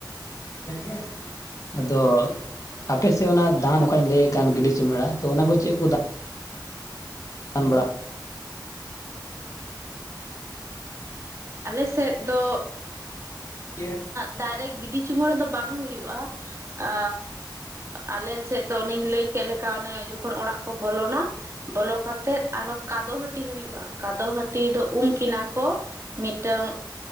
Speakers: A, on the left; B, on the right.
A: <unintelligible> ᱟᱫᱚ ᱟᱯᱮ ᱥᱮᱫ ᱚᱱᱟ ᱫᱟᱱ ᱚᱠᱟᱧ ᱞᱟᱹᱭᱮᱫ ᱠᱟᱱ ᱜᱤᱰᱤ ᱪᱩᱢᱟᱹᱲᱟ ᱛᱚ ᱚᱱᱟ ᱠᱚ ᱪᱮᱫ ᱠᱚ ᱫᱟ ᱟᱱ ᱵᱟᱲᱟ
B: ᱟᱞᱮ ᱥᱮᱫ ᱫᱚ
A: ᱪᱮᱫ
B: ᱫᱟᱨᱮ ᱜᱤᱰᱤ ᱪᱩᱢᱟᱹᱲᱟ ᱫᱚ ᱵᱟᱝ ᱦᱩᱭᱩᱜᱼᱟ ᱮ ᱟᱞᱮᱥᱮᱫ ᱫᱚ ᱚᱱᱮᱧ ᱞᱟᱹᱭ ᱠᱮᱫ ᱞᱮᱠᱟ ᱚᱱᱮ ᱡᱚᱠᱷᱚᱱ ᱚᱲᱟᱜ ᱠᱚ ᱵᱚᱞᱚᱱᱟ ᱵᱚᱞᱚ ᱠᱟᱛᱮᱜ ᱟᱨᱦᱚᱸ ᱠᱟᱫᱚ ᱦᱟᱹᱴᱤ ᱦᱩᱭᱩᱜᱼᱟ ᱠᱟᱫᱚ ᱦᱟᱹᱴᱤ ᱫᱚ ᱩᱢ ᱠᱤᱱᱟ ᱠᱚ᱾ ᱢᱤᱫᱴᱟᱝ